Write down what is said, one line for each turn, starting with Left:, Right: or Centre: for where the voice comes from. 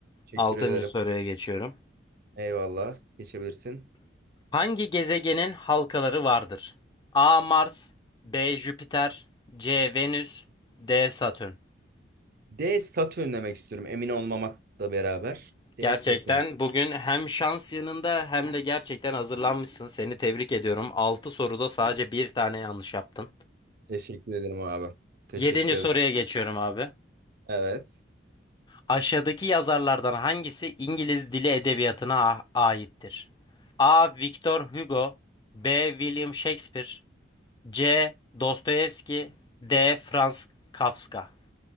Right: Teşekkür
Left: Altıncı
Right: ederim.
Left: soruya geçiyorum.
Right: Eyvallah. Geçebilirsin.
Left: Hangi gezegenin halkaları vardır? A. Mars, B. Jüpiter, C. Venüs, D. Satürn.
Right: D Satürn demek istiyorum. Emin olmamakla beraber. D
Left: Gerçekten
Right: Satürn.
Left: bugün hem şans yanında hem de gerçekten hazırlanmışsın. Seni tebrik ediyorum. 6 soruda sadece bir tane yanlış yaptın.
Right: Teşekkür ederim abi. Teşekkür
Left: Yedinci soruya
Right: ederim.
Left: geçiyorum abi.
Right: Evet.
Left: Aşağıdaki yazarlardan hangisi İngiliz dili edebiyatına a- aittir? A. Victor Hugo, B. William Shakespeare, C. Dostoyevski, D. Franz Kafka.